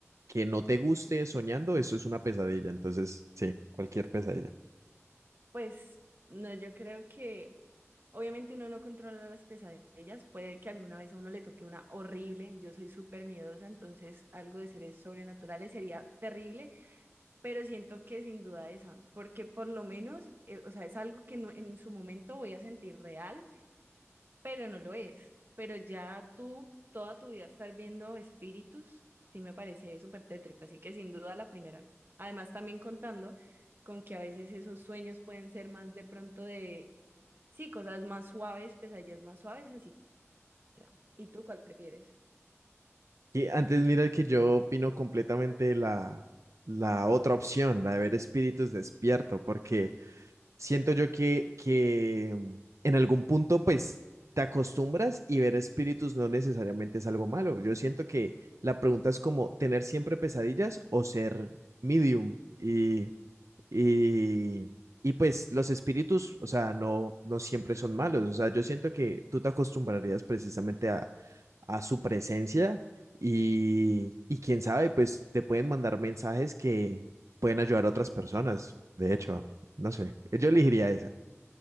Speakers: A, on the right; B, on the right.
A: que no te guste soñando, eso es una pesadilla. Entonces, sí, cualquier pesadilla.
B: Pues no, yo creo que Obviamente uno no controla las pesadillas, puede que alguna vez a uno le toque una horrible, yo soy súper miedosa, entonces algo de seres sobrenaturales sería terrible, pero siento que sin duda esa, porque por lo menos, eh, o sea, es algo que no- en su momento voy a sentir real, pero no lo es, pero ya tú toda tu vida estar viendo espíritus, sí me parece súper tétrico, así que sin duda la primera. Además también contando con que a veces esos sueños pueden ser más de pronto de Sí, cosas más suaves, pesadillas más suaves, así que era. ¿Y tú cuál prefieres?
A: Y antes mira que yo opino completamente la, la otra opción, la de ver espíritus despierto, porque siento yo que, que mm, en algún punto pues te acostumbras y ver espíritus no necesariamente es algo malo. Yo siento que la pregunta es como tener siempre pesadillas o ser medium. Y y, y pues los espíritus, o sea, no, no siempre son malos. O sea, yo siento que tú te acostumbrarías precisamente a, a su presencia y, y quién sabe, pues te pueden mandar mensajes que pueden ayudar a otras personas. De hecho, no sé, yo elegiría esa.